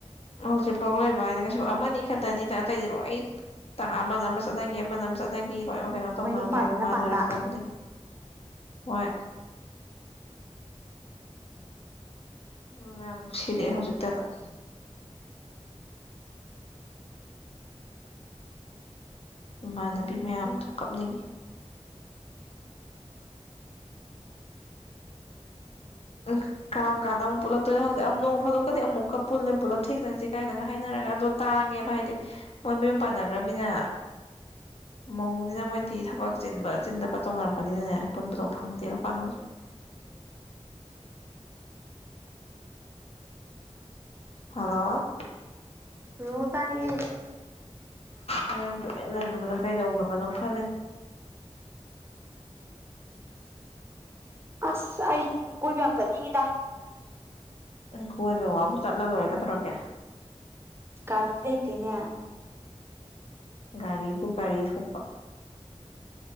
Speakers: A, on the left; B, on the right.
A: ꯍꯧꯖꯤꯛ ꯄꯥꯎ ꯂꯩꯕ ꯍꯥꯏꯖꯦ ꯀꯩꯁꯨ ꯑꯃꯅꯤ ꯈꯇꯅꯤꯗ ꯑꯇꯩꯗꯤ ꯂꯣꯏ ꯇꯥꯡ ꯑꯃꯅ ꯑꯃ ꯆꯠꯅꯒꯤ ꯑꯃ ꯅꯝ ꯆꯠꯅ ꯃꯤ ꯂꯣꯏꯃꯛ ꯀꯩꯅꯣ ꯇꯧꯅꯒꯔ꯭ꯦ
B: ꯃꯌꯨꯝ ꯄꯥꯟꯕꯅ
A: ꯃꯥꯟꯅꯔꯛꯇꯕꯅꯤ
B: ꯄꯥꯟꯕ
A: ꯍꯣꯏ ꯎꯝ ꯌꯥꯝ ꯅꯨꯡꯁꯤꯔꯛꯑꯦ ꯍꯧꯖꯤꯛꯇꯗ ꯫ ꯏꯃꯥꯟꯅꯕꯤ ꯃꯌꯥꯝꯗꯣ ꯀꯞꯅꯤꯡꯏ ꯫ ꯎ ꯀꯔꯝ ꯀꯥꯟꯗ ꯑꯃꯨꯛ ꯄꯨꯂꯛꯇꯣꯏꯅꯣ ꯈꯪꯗꯦ ꯑꯝ ꯅꯣꯡ ꯐꯗꯣꯛꯀꯗꯤ ꯑꯃꯨꯛꯀ ꯄꯨꯜꯂꯦ ꯄꯨꯂꯞ ꯊꯦꯡꯅꯖꯤ ꯀꯥꯏꯅꯒ ꯍꯥꯏꯅꯔꯒ ꯑꯗꯣ꯫ ꯇꯥꯡꯉꯦꯕ ꯍꯥꯏꯗꯤ ꯃꯣꯏ ꯃꯌꯨꯝ ꯄꯥꯟꯅꯒꯔ꯭ꯃꯤꯅ ꯃꯧꯅꯤꯅ ꯃꯣꯏꯗꯤ ꯊꯕꯛ ꯆꯤꯟꯕ ꯆꯤꯟꯗꯕ ꯇꯧꯅꯔꯛꯄꯅꯤꯅꯅꯦ ꯄꯨꯟꯕꯗꯣ ꯐꯪꯗꯦꯕ ꯄꯥꯛꯅꯖꯨ
B: <inaudible>
A: ꯍꯜꯂꯣ
B: ꯍꯜꯂꯣ ꯇꯥꯏꯌꯦ
A: ꯑꯩ ꯅꯡ ꯇꯨꯃꯤꯟ ꯂꯩꯕꯗꯨꯗ ꯀꯩꯗꯧꯒꯔ꯭ꯕꯅꯣ ꯈꯜꯂꯤꯟ
B: ꯑꯁ ꯑꯩ ꯀꯣꯏꯕ ꯌꯥꯝ ꯆꯠꯅꯤꯡꯉꯤꯗꯥ
A: ꯏꯡ ꯀꯣꯏꯕꯩ ꯋꯥꯕꯨ ꯆꯠꯂ ꯂꯣꯏꯔꯦ ꯀꯩꯗꯧꯔꯒꯦ
B: ꯀꯥꯔꯤ ꯂꯩꯇꯦꯅꯦ
A: ꯒꯥꯔꯤꯕꯨ ꯒꯥꯔꯤ ꯊꯣꯛꯄ